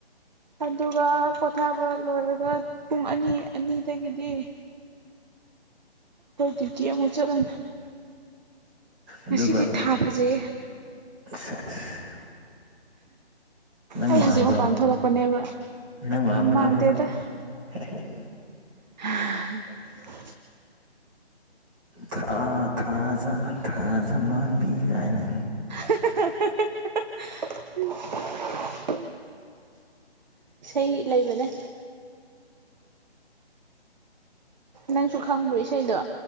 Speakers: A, on the right; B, on the right.
A: ꯑꯗꯨꯒ ꯄꯣꯊꯥꯕ ꯂꯣꯏꯔꯒ ꯄꯨꯡ ꯑꯅꯤ ꯑꯅꯤꯗꯒꯤꯗꯤ ꯑꯩꯈꯣꯏ ꯗꯤꯌꯨꯇꯤ ꯑꯃꯨꯛ ꯆꯠꯂꯅꯤ
B: ꯑꯗꯨꯒ
A: ꯉꯁꯤꯗꯤ ꯊꯥ ꯐꯖꯩꯌꯦ
B: ꯁꯦꯁ ꯅꯪ
A: ꯑꯩ
B: ꯃꯥꯟꯕ꯭ꯔꯣ
A: ꯍꯧꯖꯤꯛ ꯃꯄꯥꯟ ꯊꯣꯛꯂꯛꯄꯅꯦꯕ
B: ꯅꯪ ꯃꯥꯟꯕ꯭ꯔꯣ
A: ꯃꯥꯟꯗꯦꯗ
B: <unintelligible>
A: <unintelligible>
B: ꯊꯥ ꯊꯥꯖ ꯊꯥꯖ ꯃꯥꯟꯕꯤ ꯀꯥꯏꯅ
A: <unintelligible> ꯏꯁꯩ ꯂꯩꯕꯅꯦ꯫ ꯅꯪꯁꯨ ꯈꯪꯕ꯭ꯔꯣ ꯏꯁꯩꯗꯣ